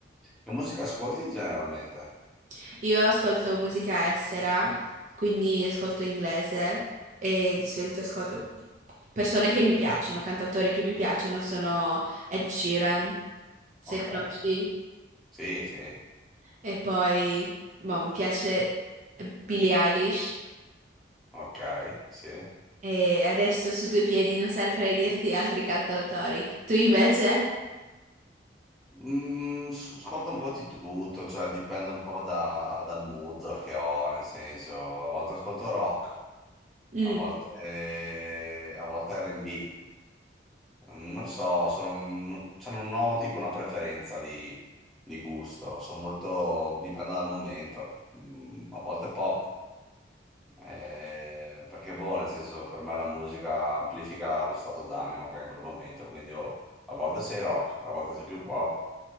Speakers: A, in the centre; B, on the right.
A: Che musica ascolti generalmente?
B: <laughs> Io ascolto musica estera, quindi ascolto inglese e di solito ascolto persone che mi piacciono, cantautori che mi piacciono sono Ed Sheeran, se
A: Ok,
B: conosci.
A: sì, sì,
B: E poi, boh, mi piace Billie Eilish.
A: ok, sì.
B: E adesso su due piedi non saprei dirti altri cantautori. Tu invece?
A: Mm, s- ascolto un po' di tutto, cioè dipende un po' da- dal mood che ho, nel senso, a volte ascolto rock,
B: Mm.
A: a volte, a volte R&B. Ehm, Non lo so, sono, un- cioè non ho tipo una preferenza di, di gusto, sono molto, dipende dal momento, Mm, a volte pop, eh, perché boh, nel senso per me la musica amplifica lo stato d'animo che è in quel momento, quindi oh, a volte sei rock, a volte sei più pop,